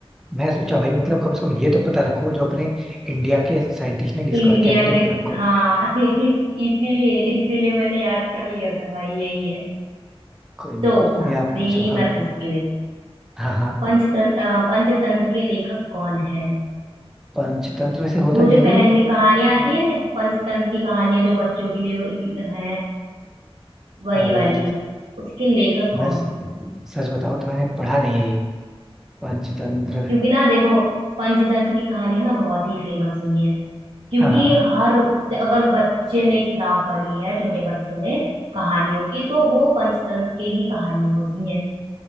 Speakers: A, in the centre; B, on the right.
A: मैं सोचा भाई मतलब
B: अच्छा
A: कम से
B: नहीं
A: कम ये तो पता रखो जो अपने इंडिया के साइंटिस्ट ने डिस्कवर
B: इंडिया
A: किया वो तो
B: के
A: पता रखो
B: हाँ <laughs> इसीलिए इसीलिए मैंने याद कर लिया था भाई यही है
A: कोई नहीं
B: तो
A: अभी आप
B: अभी
A: पूछो हाँ
B: मैं पूछती हूँ
A: हाँ हाँ
B: पंचतंत्र पंचतंत्र के लेखक कौन है
A: पंचतंत्र वैसे होता
B: वो
A: क्या
B: जो
A: है
B: कहानी
A: ये
B: कहानियां आती है ना पंचतंत्र की कहानियां जो बच्चों के लिए है वही
A: आ,
B: वाली
A: यार
B: उसके लेखक कौन
A: मैं स-
B: है
A: सच बताऊं तो मैंने पढ़ा नहीं है ये पंचतंत्र
B: क्योंकि ना देखो पंचतंत्र की कहानियां ना बहुत ही फेमस हुई हैं क्योंकि
A: हाँ हाँ
B: हर अगर बच्चे ने किताब पढ़ी है छोटे बच्चों ने कहानियों की तो वो पंचतंत्र के ही कहानियां होती हैं